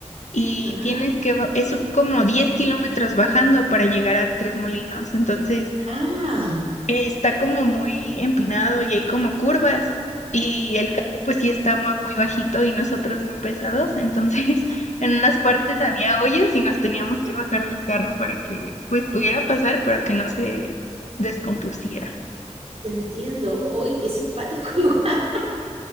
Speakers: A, on the left; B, on the right.
A: y
B: ah,
A: tienes que, ba- es como 10 kilómetros bajando para llegar a Tres Molinos. Entonces
B: ah,
A: eh, está como muy empinado y hay como curvas y el carro pues sí estaba muy bajito y nosotros bien pesados, entonces <laughs> en unas partes había hoyos y nos teníamos que bajar del carro para que pues pudiera pasar, pero que no se descompusiera.
B: te entiendo. Uy, qué simpático <laughs> igual.